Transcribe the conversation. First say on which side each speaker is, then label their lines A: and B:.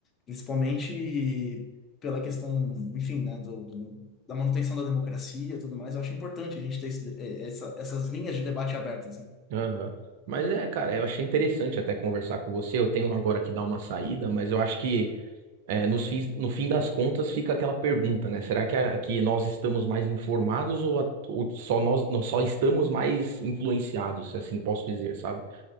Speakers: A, on the left; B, on the right.
A: Principalmente pela questão, enfim, né, do, do- da manutenção da democracia e tudo mais. Eu acho importante a gente ter esse- eh, essa- essas linhas de debate abertas. né?
B: Aham. Mas é, cara, eu achei interessante até conversar com você. Eu tenho agora que dar uma saída, mas eu acho que é, nos fins, no fim das contas fica aquela pergunta, né? Será que, a- que nós estamos mais informados ou, a- ou só nós, nós só estamos mais influenciados, se assim posso dizer, sabe?